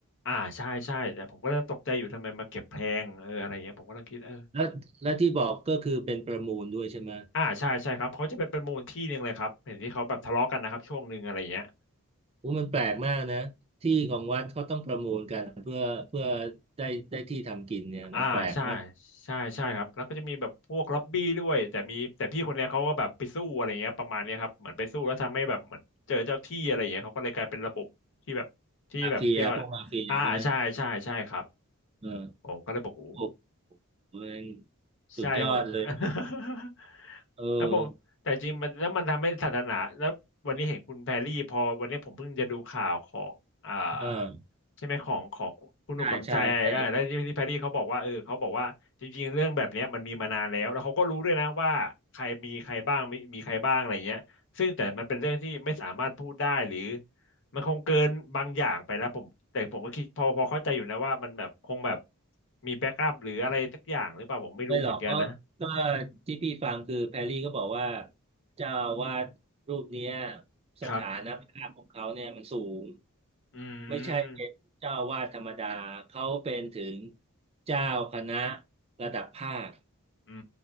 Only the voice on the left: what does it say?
อ่าใช่ใช่แต่ผมก็เลยตกใจอยู่ทำไมมาเก็บแพงเอออะไรเงี้ยผมก็เลยคิดเออ
อ่าใช่ใช่ครับเขาจะเป็นประมูลที่หนึ่งเลยครับเห็นที่เขาแบบทะเลาะกันนะครับช่วงหนึ่งอะไรเงี้ย
อ่าใช่ใช่ใช่ครับแล้วก็จะมีแบบพวกล็อบบี้ด้วยแต่มีแต่พี่คนเนี้ยเขาก็แบบไปสู้อะไรเงี้ยประมาณเนี้ยครับเหมือนไปสู้แล้วทำให้แบบเหมือนเจอเจ้าที่อะไรเงี้ยเขาก็เลยกลายเป็นระบบที่แบบที่แบบเรียกว่า
อ่าใช่ใช่ใช่ครับ
ผมก็เลยบอกโอ้
ใช่ผม <laughs>
แล้วผมแต่จริงมันแล้วมันทำให้ศาสนาแล้ววันนี้เห็นคุณแพรรี่พอวันนี้ผมเพิ่งจะดูข่าวของอ่า
ใช่ไหมของของคุณหนุ่มกำชัยเออแล้วที่ที่แพรรี่เขาบอกว่าเออเขาบอกว่าจริงๆเรื่องแบบเนี้ยมันมีมานานแล้วแล้วเขาก็รู้ด้วยนะว่าใครมีใครบ้างมีมีใครบ้างอะไรเงี้ยซึ่งแต่มันเป็นเรื่องที่ไม่สามารถพูดได้หรือ
มันคงเกินบางอย่างไปแล้วผมแต่ผมก็คิดพอพอเข้าใจอยู่นะว่ามันแบบคงแบบมีแบ็กอัพหรืออะไรสักอย่างหรือเปล่าผมไม่รู้เหมือนกันนะ
ครับอืม
อื